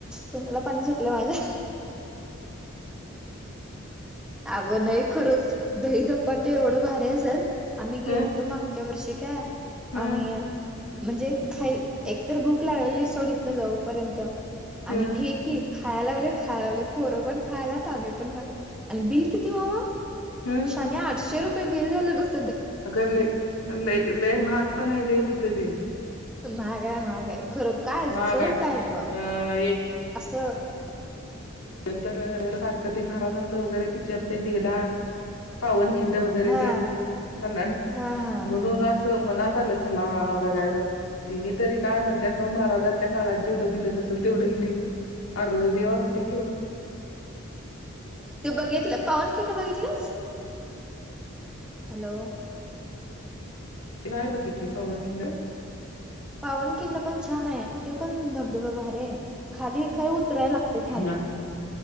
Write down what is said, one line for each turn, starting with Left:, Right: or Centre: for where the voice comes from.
Centre: तोडला पाणी सुटलं माझ्या आग नाई खरंच दहीधप्पाट एवढं भारी असत्यात, आम्ही गेलतो
Left: ह
Centre: मागच्या वर्षी काय.
Left: ह
Centre: आणि म्हणजे, खाय एक तर भूक लागलेली सोडी इतन जाऊपर्यंत. आणि
Left: ह
Centre: घे की. खाया लागलोय खाया लागलोय, पोरं पण खायल्यात आम्ही पण खालो आणि बिल किती व्हावं.
Left: ह
Centre: शाने आठशे रुपये बिल झालं गं.
Left: अगं लै लै महाग पण आहे लय तिथं ते.
Centre: माहागाय महागाय खरं, काय
Left: महाग
Centre: चव
Left: आहे.
Centre: काय गं
Left: अ
Centre: असं.
Left: नंतर सारखं ते महाराजांचं वगैरे पिक्चर ते निघला. पावनखिंड वगैरे
Centre: हा
Left: तेन पुन्हा.
Centre: हा हा
Left: म्हणून असं मनात आलं छनाळा बघायलां. तिने तरी काय म्हणत्यात नवं, महाराजांच्या काळात जेवढं दिलं नसेल तेवढं हेनी. अर देवा म्हणतोय.
Centre: ते बघितलं पावनखिंड बघितल्यास. हॅलो.
Left: ते नाही बघितली पावनखिंड.
Centre: पावनखिंड पण छान आहे, ते पण धबधबा भारीय खालीय खरं उतरायला लागते खाली.
Left: नाही